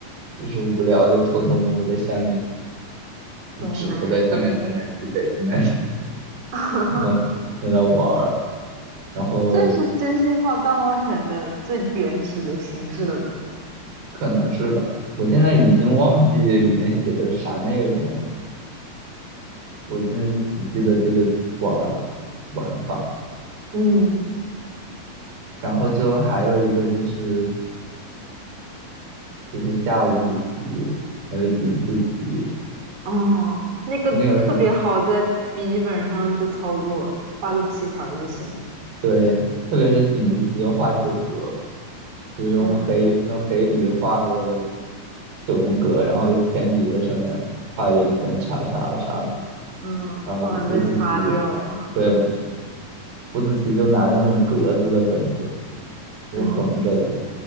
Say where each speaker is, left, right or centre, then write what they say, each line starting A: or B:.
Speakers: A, on the right; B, on the right.
A: 就是无聊就偷偷摸摸在下面，就指头在下面东南西北东南西，
B: 东南西北，<laughs>
A: 然后在那玩儿，然后
B: 这是真心话大冒险的最原始的形式了。
A: 可能是吧，我现在已经忘记里面写的啥内容了，我现在就只记得这个玩儿玩法，
B: 嗯，
A: 然后就还有一个就是就是下五子棋，还有井字棋，
B: 哦，那个特别好，
A: 那个时候。
B: 在笔记本上就操作，画个棋盘儿就行了
A: 对，特别是井字棋就画九格，就是用黑用黑笔画个
B: 嗯
A: 九宫格，然后用铅笔在上面画圆圈、叉叉啥的。
B: 嗯嗯，
A: 然后五子棋，
B: 画完再擦掉。
A: 对，
B: <laughs>
A: 五子棋就拿那种格子的本子，就横着的，
B: 嗯